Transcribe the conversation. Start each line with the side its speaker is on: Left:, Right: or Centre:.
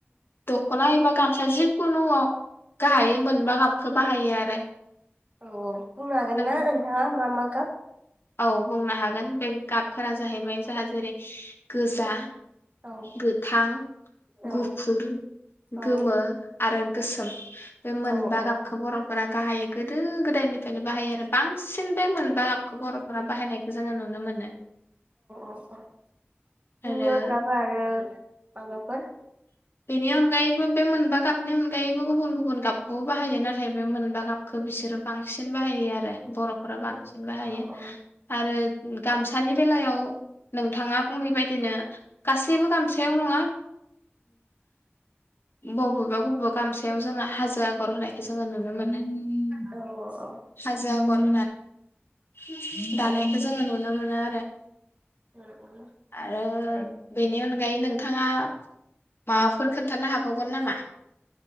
Left: दखना एबा गामसा जिखुनु गाहायै मोन बा गाबखौ बाहायो आरो
Right: औ औ बुंनो हागोन
Left: नों
Right: ना नोंथाङा मा मा गाब
Left: औ। बुंनो हागोन बे गाबफोरा जाहैबाय जोहा जेरै गोजा
Right: औ
Left: गोथां
Right: औ
Left: गुफुर
Right: औ
Left: गोमो आरो गोसोम बे मोन
Right: औ
Left: बा
Right: औ
Left: गाबखौ बर'फोरा गाहायै गोदो गोदायनिफायनो बाहायो आरो बां सिन बे मोनबा गाबखौ बरफोरा बाहायनायखौ जोङो नुनो मोनो
Right: औ बिनि
Left: आरो
Right: अनगाबो आरो माबाफोर
Left: बेनि अनगायैबो बे मोनबा गाब बेनि अनगायैबो गुबुन गुबुन गाबखौबो बाहायो नाथाय बे मोनबा गाब खौ बिसोरो बांसिन बाहायो आरो बर'फोरा बां सिन बाहायो
Right: औ औ
Left: आरो गामसानि बेलायाव नोंथाङा बुंनाय बायदिनो गासैबो गामसायाव नङा बबेबा बबेबा गामसायाव जोङो हाजो आगर होनायखौ जोङो नुनो नुनो मोनो
Right: औ औ
Left: हाजो आगर <unintelligible> दानायखौ
Right: औ
Left: जोङो नुनो मोनो आरो
Right: औ
Left: आरो बेनि अनगायै नोंथाङा माबाफोर खोन्थानो हाबावगोन नामा?